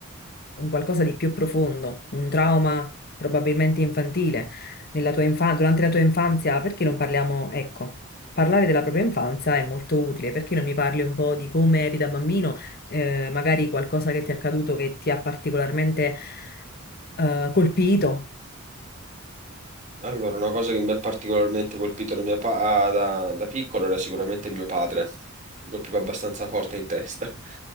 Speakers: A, on the left; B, on the right.
A: un qualcosa di più profondo, un trauma probabilmente infantile nella tua infanzia, durante la tua infanzia, perché non parliamo, ecco, parlare della propria infanzia è molto utile, perché non mi parli un po' di come eri da bambino, eh, magari qualcosa che ti è accaduto che ti ha particolarmente eh, colpito?
B: Allora, una cosa che mi ha particolarmente colpito da, mia pa- ah, da, da piccolo era sicuramente mio padre, mi colpiva abbastanza forte in testa. <laughs>